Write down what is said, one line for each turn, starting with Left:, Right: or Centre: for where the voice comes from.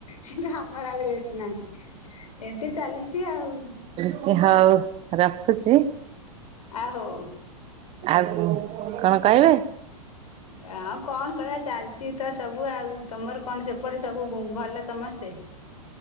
Left: କିନ୍ତୁ ଆମର ଆଉ ରେଷ୍ଟ ନାହିଁ। ଏମିତି ଚାଲିଛି ଆଉ।
Right: <unintelligible> ହଉ ରଖୁଛି।
Left: ଆ ହଉ।
Right: ଆଉ କୁ କଣ କହିବେ?
Left: ଆଉ କଣ କହିବା ଚାଲିଚ ତ ସବୁ ଆଉ। ତମର କଣ ସେପଟେ ସବୁ ବୁଁ ଭଲ ସମସ୍ତେ?